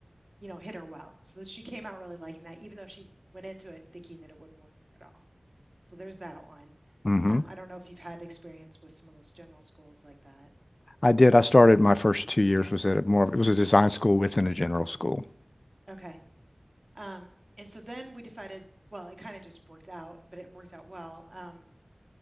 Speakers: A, on the right; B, on the left.
A: you know, hit her well. So she came out really liking that, even though she went into it thinking that it wouldn't work for her at all. So there's that one.
B: Mm-hmm.
A: Um, I don't know if you've had experience with some of those general schools like that.
B: I did. I started my first two years was at a more, it was a design school within a general school.
A: Okay. Um, and so then we decided, well, it kind of just worked out, but it worked out well, um,